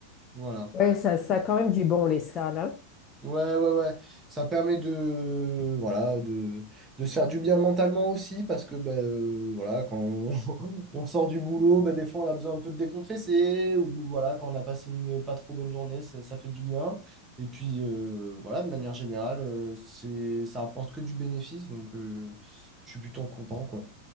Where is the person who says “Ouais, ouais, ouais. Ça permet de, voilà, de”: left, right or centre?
Right